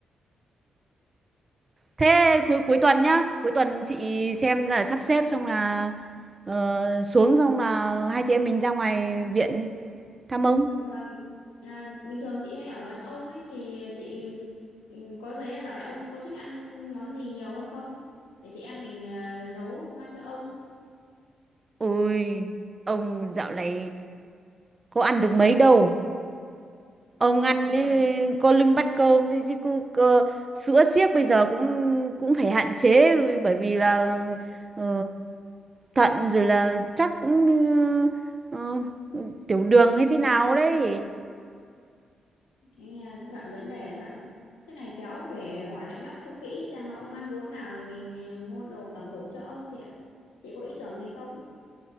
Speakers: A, on the right; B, on the left.
A: <laughs> Thế cuối cuối tuần nhá, cuối tuần chị xem là sắp xếp xong là ờ, xuống xong là hai chị em mình ra ngoài viện thăm ông.
B: vâng à, bình thường chị hay ở gần ông ấy thì chị ừ, có thấy là dạo này ông có thích ăn món gì nhiều hơn không để chị em mình ờ, nấu mang cho ông
A: Ôi, ông dạo này có ăn được mấy đâu. Ông ăn
B: ôi thế
A: ấy, có lưng bắt cơm ấy chứ cô, cô, sữa siếc bây giờ cũng cũng phải hạn chế bởi vì là ờ, thận rồi là chắc cũng ờ, tiểu đường hay thế nào đấy
B: anh nghe Thận vấn đề Thận thế này khéo về hỏi lại bác cho kỹ xem mà ông ăn uống nào thì mình ờ, mua đồ tẩm bổ cho ông chị ạ chị có ý tưởng gì không